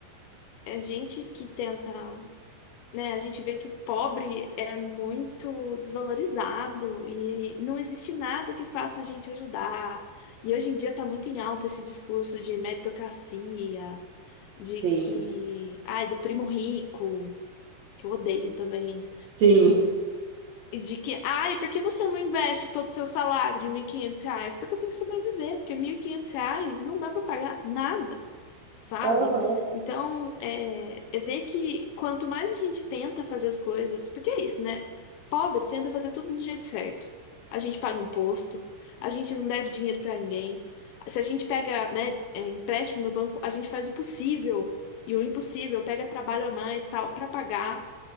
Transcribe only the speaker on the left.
a gente que tenta né? A gente vê que o pobre é muito desvalorizado e não existe nada que faça a gente ajudar. E hoje em dia está muito em alta esse discurso de meritocracia, de
que, ai, do primo rico, que eu odeio também.
E de que, ai, por que você não investe todo o seu salário de 1.500 reais? Porque eu tenho que sobreviver, porque 1.500 reais não dá para pagar nada sabe?
Então, é, é ver que quanto mais a gente tenta fazer as coisas, porque é isso, né? Pobre tenta fazer tudo do jeito certo. A gente paga imposto, a gente não deve dinheiro pra ninguém. Se a gente pega, né, é, empréstimo no banco, a gente faz o possível e o impossível, pega trabalho a mais, tal, pra pagar.